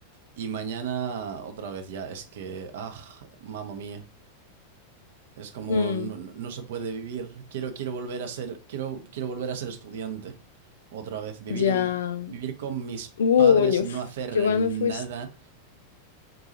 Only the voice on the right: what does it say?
y mañana otra vez ya. Es que, ah, mamma mía. Es como
no, no- no se puede vivir. Quiero, quiero volver a ser, quiero, quiero volver a ser estudiante otra vez. Vivir
en, vivir con mis
padres,
no hacer
nada.